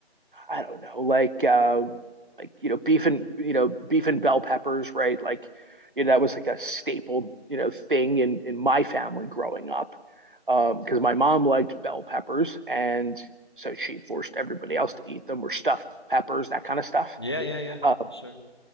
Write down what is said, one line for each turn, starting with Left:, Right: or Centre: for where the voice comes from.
Right: I don't know, like um, like you know, beef and you know, beef and bell peppers, right? Like, you know, that was like a staple, you know, thing in in my family growing up, um, because my mom liked bell peppers, and so she forced everybody else to eat them, or stuffed peppers, that kind of stuff.
Left: Yeah, yeah, yeah.
Right: Uh,
Left: Sure.